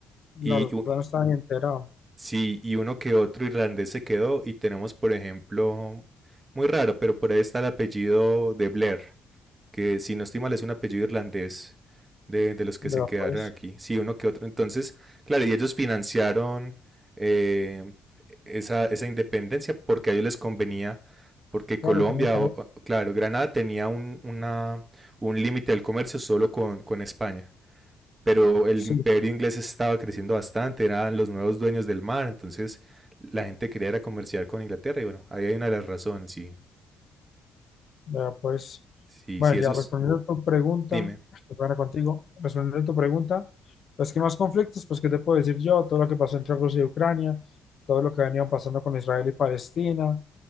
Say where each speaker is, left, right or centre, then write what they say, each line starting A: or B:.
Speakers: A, on the left (about 55°); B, on the right (about 25°).
A: La
B: Y
A: verdad
B: u-
A: no estaba ni enterado.
B: sí, y uno que otro irlandés se quedó y tenemos, por ejemplo, muy raro, pero por ahí está el apellido de Blair. que si no estoy mal es un apellido irlandés de, de los que
A: Pero
B: se quedaron
A: pues,
B: aquí. Sí, uno que otro. Entonces, claro, y ellos financiaron eh, esa, esa independencia porque a ellos les convenía, porque Colombia,
A: claro, también,
B: o- o- claro, Granada tenía un, una, un límite del comercio solo con, con España. Pero el
A: sí
B: imperio inglés estaba creciendo bastante, eran los nuevos dueños del mar, entonces la gente quería era comerciar con Inglaterra y bueno, ahí hay una de las razones, sí,
A: Ya, pues,
B: sí,
A: bueno,
B: sí, eso
A: ya
B: es,
A: respondiendo a tu pregunta,
B: dime.
A: estoy ahora contigo, respondiendo a tu pregunta, pues, ¿qué más conflictos? Pues, ¿qué te puedo decir yo? Todo lo que pasó entre Rusia y Ucrania, todo lo que venía pasando con Israel y Palestina,